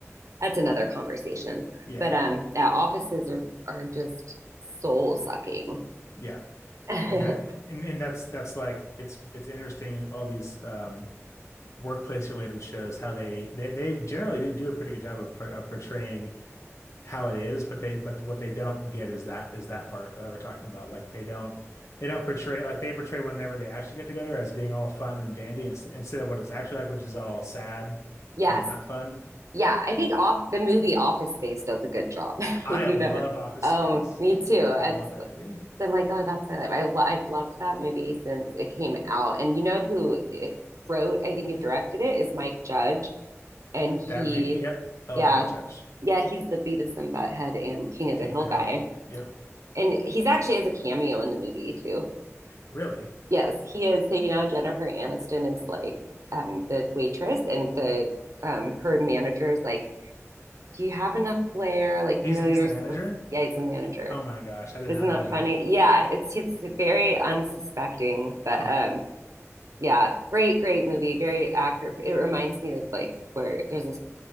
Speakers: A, on the right (about 80°); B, on the left (about 70°).
A: that's another conversation.
B: yeah,
A: But um yeah, offices are are just soul sucking.
B: yeah.
A: <laughs>
B: Like I and, and that's that's like it's it's interesting all these um workplace related shows how they they, they generally do do a pretty good job of, pr- of portraying how it is, but they but what they don't get is that is that part that we're talking about. Like they don't they don't portray like they portray whenever they actually get together as being all fun and dandy ins instead of what it's actually like, which is all sad
A: yes,
B: and not fun.
A: yeah, I think off the movie Office Space does a good job. <laughs>
B: I
A: If you've
B: love
A: ever,
B: Office
A: oh,
B: Space.
A: me too. It's,
B: I love that movie.
A: I'm like, oh, that's my life. I, lo- I've loved that movie since it came out. And you know who it wrote, I think, and directed it is Mike Judge, and
B: That
A: he,
B: make yep, I love
A: yeah,
B: Mike Judge.
A: yeah, he's the Beavis and Butthead and King of
B: King
A: the Hill
B: of the Hill.
A: guy,
B: Yep.
A: and he's actually has a cameo in the movie too.
B: Really?
A: Yes, he is. So you know, Jennifer Aniston is like um, the waitress, and the um, her manager is like do you have enough flair? Like,
B: He's
A: you know,
B: he's
A: you're
B: the
A: supposed
B: manager?
A: to, yeah, he's a manager.
B: Oh my gosh, I did
A: Isn't
B: not
A: that
B: know that.
A: funny? Yeah, it's it's very unsuspecting, but
B: Huh.
A: um yeah, great, great movie, very accurate. It reminds me of like where there's this